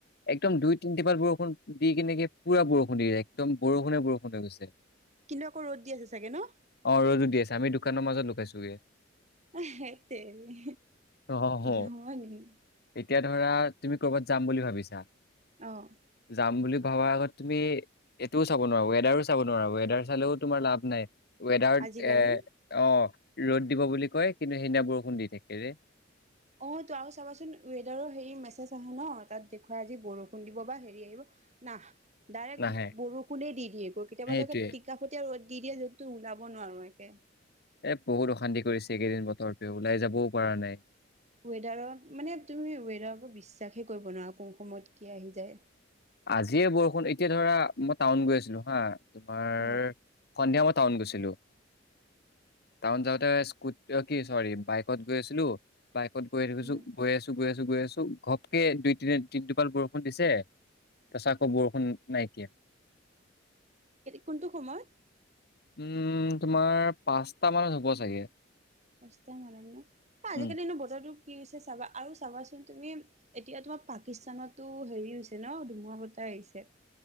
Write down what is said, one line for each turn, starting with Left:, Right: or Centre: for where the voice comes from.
Left: একদম দুই তিনিটিপাত বৰষুণ দি কেনেকে পুৰা বৰষুণ দিয় একদম বৰষুণে বৰষুণ হৈ গৈছে
Right: কিন্তু আকৌ ৰ'দ দি আছে চাগে ন?
Left: অ ৰ'দো দি আছে আমি দোকানৰ মাজত ল পেছুৱে
Right: সেইত তেৰি
Left: অ
Right: জমনি
Left: এতিয়া ধৰা তুমি কৰ'বাত যাম বুলি ভাবিছা
Right: অ'
Left: যাম বুলি আগত তুমি এইটোও চাব নোৱাৰা ৱেডাৰো চাব নোৱাৰা ৱেডাৰ চালেও তোমাৰ লাভ নাই ৱেদাৰ
Right: আজিকালি
Left: এ অ ৰ'দ দিব বুলি কয় কিন্তু সেইদিনা বৰষুণ দি থাকে ৰে
Right: অ ত আৰু চাবাচোন ৱেডাৰৰ হে মেজজ আহে ন তাত দেখুৱাই আজি বৰষুণ দিব বা হেৰি আহিব না ডাইৰেক্ট
Left: নাহে
Right: বৰষুণে দি দিয়ে গৈ কেতিয়াবা
Left: সেইটোয়ে
Right: টকাটীয়া ৰ দি দিয়া য'ততো ওলাব নোৱাৰো একে
Left: এ বহুত অশান্তি কৰিছে এইকেইদিন বতৰটোোৱে ওলাই যাবও পৰা নাই
Right: ৱেডাৰত মানে তুমি ৱেডাৰ বিশ্বাসে কৰিব নোৱাৰা কোন সময়ত কি আহি যায়
Left: আজিয়ে বৰষুণ এতিয়া ধৰা মই টাউন গৈ আছিলো হা তোমাৰ
Right: অ
Left: সন্ধিয়া সময়ত টাউন গৈছিলো, টাউন যাওঁতে স্কুটাৰ কি ছৰি বাইকত গৈছিলো বাই ক'ত গৈ আছো, গৈ
Right: উম
Left: আছো, গৈ আছো, গৈ আছো, গৈ আছো, ঘপকে দুই, তিনি টোপাল বৰষুণ দিছে, তাৰপাছত আকৌ বৰষুণ নাইকিয়া।
Right: কোনটো সময়ত?
Left: উম, তোমাৰ পাঁচটা মানত হ'ব চাগে
Right: পাঁচটা মানত ন আজিকালি
Left: উম।
Right: এনো বতৰটো কি হৈছে চাবা, আৰু চাবাচোন তুমি এতিয়া তোমাৰ পাকিস্তানতো হেৰি হৈছে ন, ধুমুহা বতাহ আহিছে।